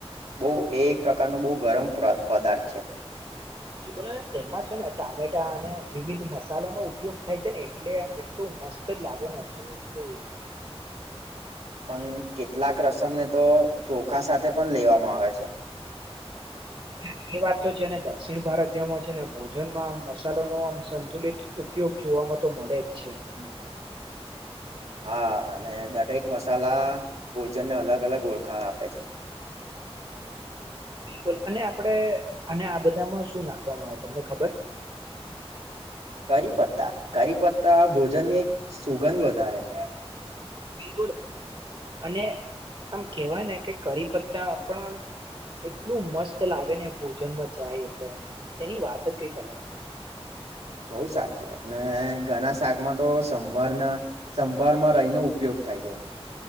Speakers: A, on the right (about 80°); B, on the right (about 50°).
A: બહુ એ એક પ્રકારનો બહુ ગરમ પ્ર પદાર્થ છે.
B: બિલકુલ અને તેમાં છે ને ટામેટા અને વિવિધ મસાલાનો ઉપયોગ થાય છે ને એટલે એટલું મસ્ત જ લાગે ને એક્ચ્યુલી કુઈ
A: હમ કેટલાંક રસમને તો ચોખા સાથે પન લેવામાં આવે છે.
B: હા એ વાત તો છે ને દક્ષિણ ભારતીયમાં છે ને ભોજનમાં આમ મસાલોનો આમ સંતુલિત ઉપયોગ જો જોવામાં તો મળે જ છે, આના કારણે
A: હા અને દરેક મસાલા ભોજનને અલગ અલગ ઓળખાણ આપે છે.
B: <unintelligible> બિલકુલ અને આપડે અને આ બધામાં શું નાખવામાં આવે તમને ખબર?
A: કરી પત્તા, કરી પત્તા ભોજનની એક સુગંધ વધારે છે.
B: બિલકુલ અને આમ કેવાય ને કે કરી પત્તા પણ આમ એટલું મસ્ત લાગે ને ભોજનમાં જાય એટલે તેની વાત જ કંઈક અલગ છે.
A: બહુ સાચી વાત ને, ઘણા શાકમાં તો સંભારના સંભારમાં રાઈનો ઉપયોગ થાય છે.